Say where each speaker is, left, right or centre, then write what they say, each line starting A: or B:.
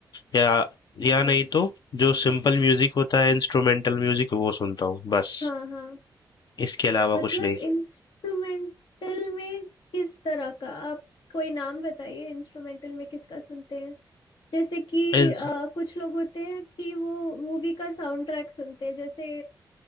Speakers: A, on the left (about 60°); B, on the left (about 75°).
A: या या
B: जी
A: नहीं तो जो सिंपल म्यूजिक होता है इंस्ट्रूमेंटल म्यूजिक वो सुनता हूँ बस
B: हाँ हाँ
A: इसके अलावा
B: मतलब
A: कुछ नहीं
B: इंस्ट्रूमेंटल में किस तरह का आप कोई नाम बताइए इंस्ट्रूमेंटल में किसका सुनते हैं जैसे कि
A: इन-
B: अ, कुछ लोग होते हैं कि वो मूवी का साउंड ट्रैक सुनते हैं जैसे